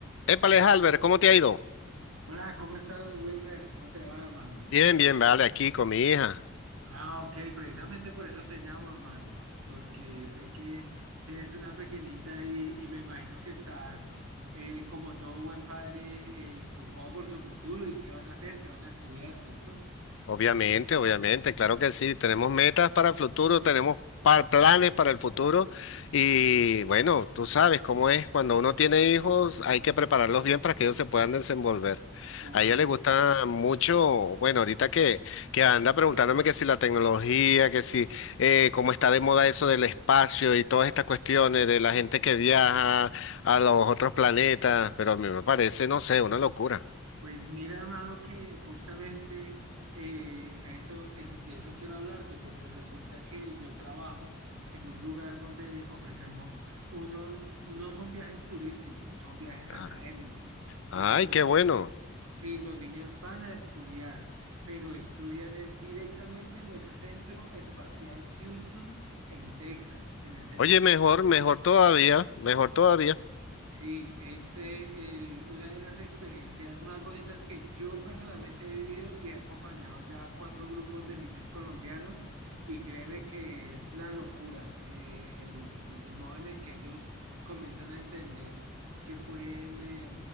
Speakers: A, on the left; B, on the right.
A: Épale, Albert, ¿cómo te ha ido?
B: Hola, ¿cómo estás, Wilmer? ¿Cómo te va, mano?
A: Bien, bien, vale, aquí con mi hija.
B: Ah, ok, precisamente por eso te llamo, mano, porque sé que tienes una pequeñita ahí y me imagino que estás, eh, como todo buen padre, eh, preocupado por su futuro y qué van a hacer, qué van a estudiar, ¿cierto?
A: Obviamente, obviamente, claro que sí. Tenemos metas para el futuro, tenemos pa- planes para el futuro y bueno, tú sabes cómo es, cuando uno tiene hijos hay que prepararlos bien para que ellos se puedan desenvolver.
B: Correcto.
A: A ella le gusta mucho, bueno, ahorita que, que anda preguntándome que si la tecnología, que si eh, cómo está de moda eso del espacio y todas estas cuestiones de la gente que viaja a los otros planetas, pero a mí me parece, no sé, una locura.
B: Pues mira, hermano, que justamente eh, a eso, es, de eso quiero hablarte, porque resulta que yo trabajo en un lugar donde ofrecemos unos, no son viajes turísticos, son viajes
A: Ah,
B: académicos,
A: Ay,
B: donde los,
A: qué bueno.
B: ni- sí, los niños van a estudiar, pero estudian es directamente en el Centro Espacial Houston, en Texas, en el Centro
A: Oye,
B: Espacial.
A: mejor, mejor todavía, mejor todavía.
B: Sí, es eh, eh, una de las experiencias más bonitas que yo personalmente he vivido y he acompañado ya a cuatro grupos de niños colombianos y créeme que es la locura, eh, el, eh, el modo en el que ellos comienzan a entender que pueden eh,